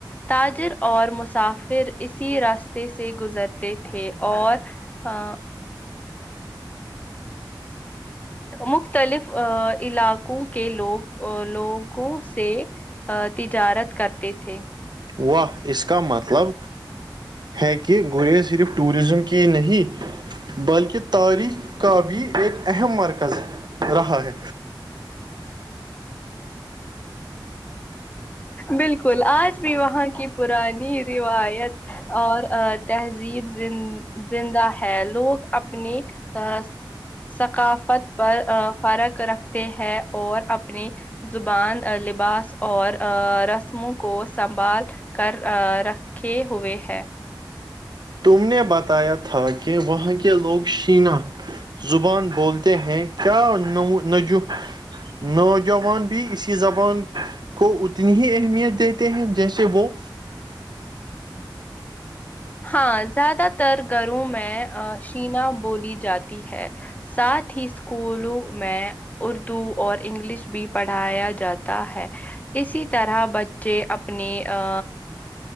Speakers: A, on the left; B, on the right.
A: تاجر اور مسافر اسی راستے سے گزرتے تھے اور ہ <inaudible> مختلف ا علاقوں کے لوگ لوگوں سے تجارت کرتے تھے
B: واہ اس کا مطلب ہے کہہ گور صرف ٹورزم کی نہیں بلکہ تاریخ کا بھی ایک اہم مرکز رہا ہے
A: بالکل آج بھی وہاں کی پرانی روایت اور تہذیب ز زندہ ہے لوگ اپنے ا ثقافت پر فرق رکھتے ہیں اور اپنی زبان لباس اور رسموں کو سنبھال کر رکھے ہوئے ہیں
B: ت نے بتایا تھا کہ وہاں کے لوگ شینا زبان بولتے ہیں کیا نج نوجوان بھی اسی زبان کو اتنی ہی اہمیت دیتے ہیں جیسے وہ
A: ہاں زیادہ تر گھروں میں شینا بولی جاتی ہے ساتھ ہی اسکولوں میں اردو اور انگلش بھی پڑھایا جاتا ہے اسی طرح بچے اپنی ا